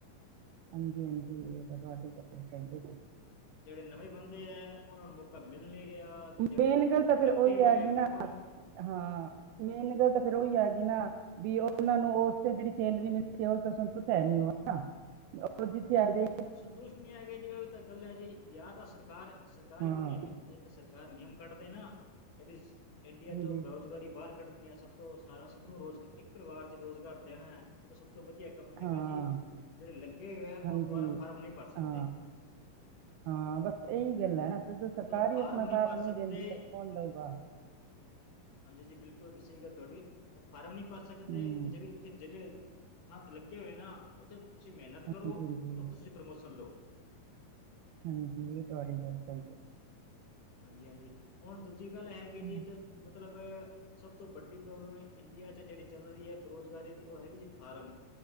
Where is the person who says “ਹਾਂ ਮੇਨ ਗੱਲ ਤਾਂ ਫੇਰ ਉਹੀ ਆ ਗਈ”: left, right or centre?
Right